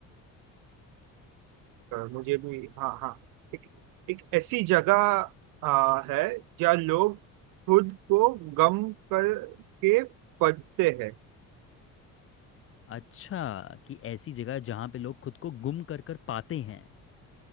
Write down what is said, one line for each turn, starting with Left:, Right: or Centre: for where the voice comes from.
Right: मुझे भी हाँ हाँ एक, एक ऐसी जगह आ, है जहाँ लोग खुद को गम करके पढ़ते हैं
Left: अच्छा कि ऐसी जगह जहाँ पे लोग खुद को गुम कर कर पाते हैं